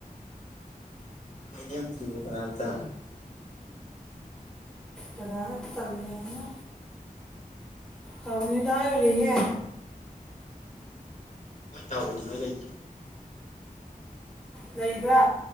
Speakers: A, on the left; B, in the centre.
A: ꯍꯥꯏꯅꯗꯔꯤꯕꯣ ꯀꯅꯥꯝꯇ꯫
B: ꯗꯗꯥꯅ ꯇꯝꯃꯦꯉꯣ ꯅꯥꯎꯕꯤ ꯍꯣꯏꯗ ꯍꯥꯏꯒꯔꯦꯌꯦ꯫
A: ꯃꯣꯏ ꯇꯧꯕꯅꯤ ꯅꯣꯏ ꯂꯩꯇꯔꯣ꯫
B: ꯂꯩꯕ